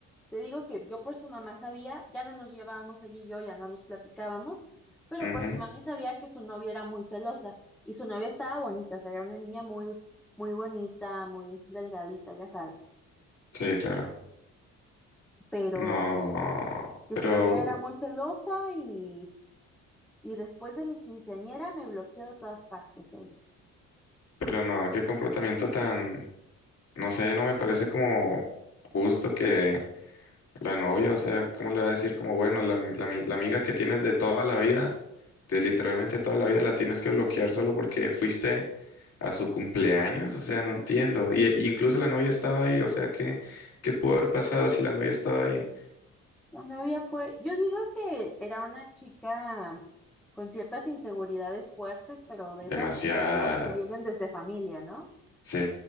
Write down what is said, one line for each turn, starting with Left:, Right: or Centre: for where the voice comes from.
Centre: te digo que yo por su mamá sabía, ya no nos llevábamos él y yo, ya no nos platicábamos, pero
Left: Ujú,
Centre: por su mami sabía que su novia era muy celosa y su novia estaba bonita, o sea, era una niña muy, muy bonita, muy delgadita, ya sabes,
Left: Sí, claro.
Centre: pero
Left: No,
Centre: que
Left: pero
Centre: su novia era muy celosa y, y después de mi quinceañera me bloqueó de todas partes él.
Left: Pero no, qué comportamiento tan, no sé, no me parece como justo que la novia, o sea, ¿cómo le va a decir como, bueno, la, la ami- la amiga que tienes de toda la vida, de literalmente toda la vida, la tienes que bloquear solo porque fuiste a su cumpleaños? O sea, no entiendo. Y, y incluso la novia estaba ahí, o sea, ¿qué, qué pudo haber pasado si la novia estaba ahí?
Centre: La novia fue, yo digo que era una chica con ciertas inseguridades fuertes, pero de esas
Left: Demasiadas.
Centre: inseguridades que vienen desde familia, ¿no?
Left: Sí,